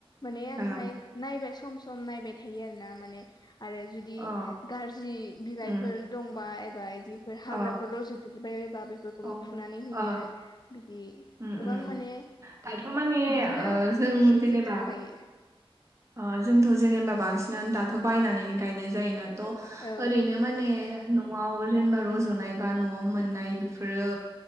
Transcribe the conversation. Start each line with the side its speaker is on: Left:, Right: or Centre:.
Left: माने आंहाय
Right: ओ
Left: नायबाय सम सम नायबाय थायो आरोना माने आरो जुदि
Right: अ
Left: गाज्रि बिलाइफोर
Right: उम
Left: दंबा एबा बिदिफोर हाग्राफोर
Right: अ
Left: रज'देरबायबायबा बेफोरखौबो
Right: औ
Left: फुनानै होयो
Right: अ
Left: बिदि
Right: उम
Left: गोबां
Right: उम
Left: माने
Right: दाथ' माने
Left: बिदिनो
Right: ओ जों
Left: एसे
Right: जेनेबा
Left: जोथोन लायो।
Right: ओ जोंथ' जेनेबा बांसिनानो दाथ' बायनानैनो गायनाय जायोना थ'
Left: औ
Right: ओरैनो माने न'आव जेनेबा रज'नाय बा न'आव मोननाय बेफोरो